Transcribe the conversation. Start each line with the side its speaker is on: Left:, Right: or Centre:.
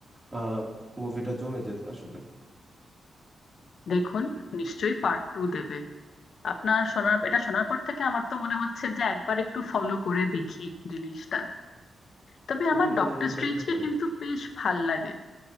Right: আহ মুভিটা জমে যেত আসলে
Left: দেখুন নিশ্চয়ই পার্ট টু দেবে আপনার শোনার এটা শোনার পর থেকে আমার তো মনে হচ্ছে যে একবার একটু ফলো করে দেখি জিনিসটা তবে আমার
Right: হুম
Left: ডক্টর স্ট্রেঞ্জকে
Right: দেখতে পারেন
Left: কিন্তু বেশ ভাল লাগে